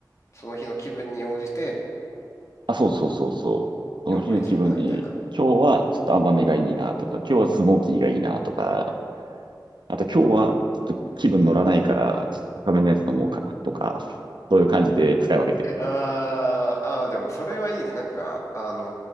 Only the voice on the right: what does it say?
あ、そうそうそうそう。その日の気分に、
今日はちょっと甘めがいいなとか、今日はスモーキーがいいなとか、あと今日はちょっと気分乗らないから、ちょっと高めのやつ飲もうかなとか、そういう感じで使い分けてる。